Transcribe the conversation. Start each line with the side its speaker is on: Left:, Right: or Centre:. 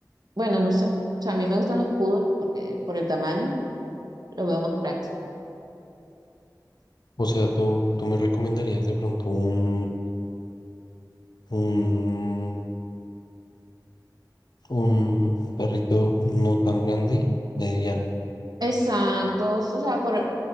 Right: bueno, no sé. O sea, a mí me gustan los poodle porque por el tamaño los veo más prácticos.
Left: O sea, tú, tú me recomendarías de pronto un, un, un perrito no tan grande, mediano.
Right: Exactos, o sea, por,